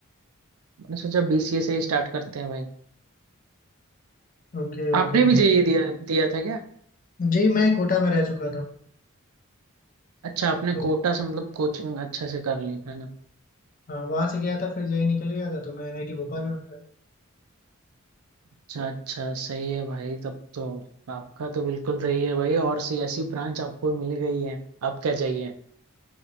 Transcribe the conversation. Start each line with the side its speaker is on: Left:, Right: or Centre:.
Right: मैंने सोचा बीसीए से ही स्टार्ट करते हैं भाई
Left: Okay okay
Right: आपने भी जेईई दिया दिया था क्या
Left: जी मैं कोटा में रह चुका था
Right: अच्छा आपने
Left: तो
Right: कोटा से मतलब कोचिंग अच्छा से कर ली है ना
Left: हाँ वहां से गया था फिर यही निकल गया था तो मैं एनआईटी भोपाल में मिला
Right: अच्छा अच्छा सही है भाई तब तो आपका तो बिल्कुल सही है भाई और सी ऐसी ब्रांच आपको मिल गई है अब क्या चाहिए